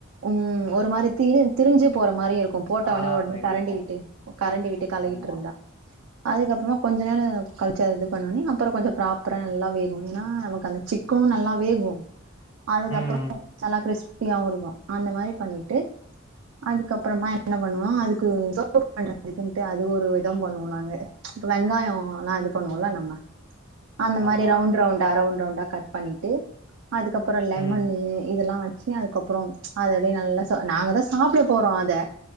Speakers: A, on the right; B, on the left.
A: உம் ஒரு மாரி தி திரிஞ்சு போற மாரி இருக்கு போட்ட
B: ஆ
A: ஒடனே ஒடனே கரண்டி
B: இருக்கு
A: விட்டு கரண்டி விட்டு கழரிட்டு
B: ஆமா
A: இருந்தா அதுக்கப்றமா கொஞ்ச நேரோ கழுச்சு அத இது பண்ண ஒனே அப்றோ கொஞ்சோ ப்ராப்பராக நல்லா வேகனும்னா நமக்கு அந்த சிக்கனு நல்லா வேகு அதுக்கப்றோ
B: ம்
A: நல்லா கிறிஷ்ப் பிரியாவு இருக்கு அந்த மாரி பண்ணிட்டு அதுக்கப்றமா என்ன பண்ணுவோ அதுக்கு பண்றதுக்குன்ட்டு அது ஒரு விதம் பண்ணுவோம் நாங்க இப்ப வெங்காயோ எல்லா இது பண்ணுவோல நம்ம அந்த மாதிரி
B: ஆமா
A: ரவுண்டு ரவுண்டா ரவுண்டு ரவுண்டா கட் பண்ணிட்டு அதுக்கப்றோ லெமன்
B: ம்
A: இதெல்லா வச் அதுக்கப்புறோ அத அப்டியே நல்லா நாங்கதா சாப்ட போறோ அத